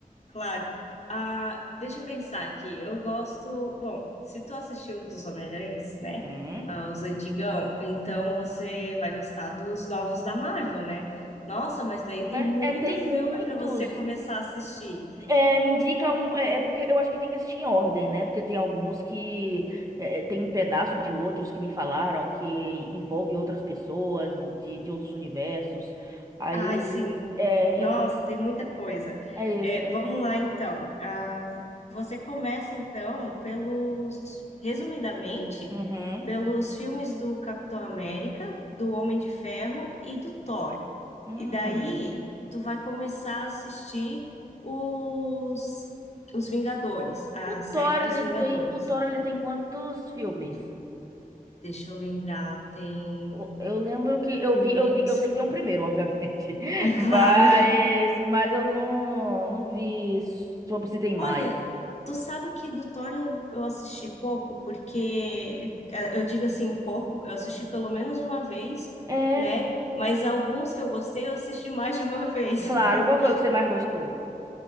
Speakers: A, on the left; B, on the right.
A: claro. Ah, deixa eu pensar aqui. Eu gosto. Bom, se tu assistiu dos Homem-Aranhas, né?
B: Uhum.
A: Ah, os antigão, então você vai gostar dos novos da Marvel, né? Nossa, mas daí
B: Mas
A: tem muito
B: é, tem
A: filme
B: muitos.
A: pra você começar a assistir.
B: É, me indica um. É, é porque eu acho que tem que assistir em ordem, né? Porque tem alguns que é, é, tem um pedaço de outros que me falaram que envolve outras pessoas de, de outros universos. Aí.
A: Ai, sim.
B: É,
A: Nossa,
B: então
A: tem muita coisa.
B: é
A: É,
B: isso.
A: vamos lá, então. Ah, você começa, então, pelos, resumidamente,
B: Uhum.
A: pelos filmes do Capitão América, do Homem de Ferro e do Thor.
B: Hum.
A: E daí, tu vai começar a assistir os, os Vingadores, a
B: O Thor,
A: série dos
B: ele
A: Vingadores.
B: tem, o Thor, ele tem quantos filmes?
A: Deixa eu lembrar, tem
B: O- Eu lembro que
A: o primeiro.
B: eu vi, eu vi,
A: <laughs>
B: eu sei que tem um primeiro, obviamente, <laughs>
A: É claro.
B: mas, mas eu não, não vi sobre se tem mais.
A: Olha, tu sabe que do Thor eu, eu assisti pouco, porque eh, eu digo assim, pouco, eu assisti pelo menos uma vez,
B: É,
A: né? Mas alguns que eu gostei, eu assisti mais de uma vez.
B: claro.
A: <laughs>
B: Qual foi o que você mais gostou?